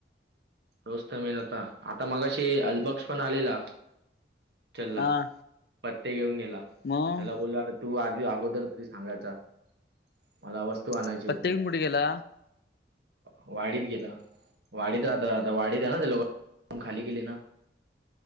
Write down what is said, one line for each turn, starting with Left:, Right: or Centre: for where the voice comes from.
Right: तोच तर मेन होता आता मगाशी अलबक्क्ष पण आलेला हॉस्टेलला.
Left: हा
Right: पत्ते घेऊन गेला
Left: मग
Right: त्याला बोलला अरे तू आधी अगोदर तरी सांगायचा. मला वस्तू आणायची
Left: प्रत्येक
Right: होती
Left: कुठे गेला
Right: वाढीत गेला. वाढीत राहत आता वाढीत आहे ना ते लोक रुम खाली केली ना.